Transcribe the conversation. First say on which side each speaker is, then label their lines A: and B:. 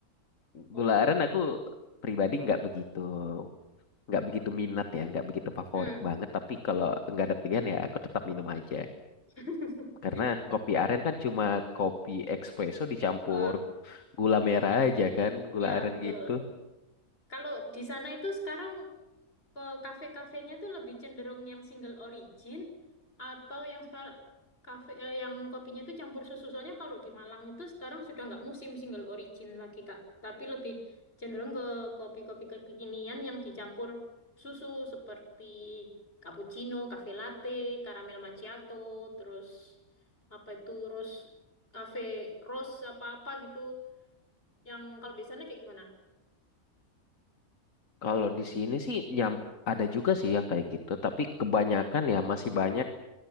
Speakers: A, on the left; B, on the left.
A: Oh,
B: Gula aren aku pribadi nggak begitu nggak begitu minat ya, nggak begitu favorit
A: hmm.
B: banget. Tapi kalau nggak ada pilihan ya aku tetap minum aja.
A: <laughs>
B: Karena kopi aren kan cuma kopi espresso dicampur
A: Ah,
B: gula merah aja kan, gula
A: ya
B: aren
A: betul.
B: gitu.
A: Kalau di sana itu sekarang ke kafe-kafenya tuh lebih cenderung yang single origin atau yang sekarang kafe eh, yang kopinya itu campur susu. Soalnya kalau di Malang itu sekarang sudah nggak musim single origin lagi Kak, tapi lebih cenderung ke kopi-kopi kekinian yang dicampur susu seperti cappuccino, cafe latte, caramel macchiato, terus apa itu rose cafe rose apa-apa gitu. Yang kalau di sana kayak gimana?
B: Kalau di sini sih nyam ada juga sih yang kayak gitu, tapi kebanyakan ya masih banyak